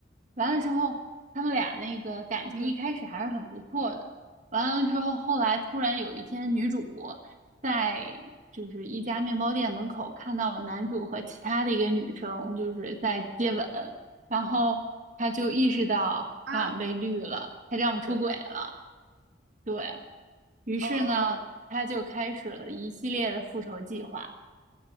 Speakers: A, on the right (about 45°); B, on the right (about 75°).
A: 完了之后，他们俩那个感情一开始还是很不错的，
B: 嗯
A: 完了之后，后来突然有一天，女主在就是一家面包店门口看到了男主和其他的一个女生就是在接吻，然后她就意识到她好像被绿了，
B: 啊，
A: 她丈夫出轨了，
B: 对，
A: 对，于是呢，
B: 哦哦
A: 她就开始了一系列的复仇计划。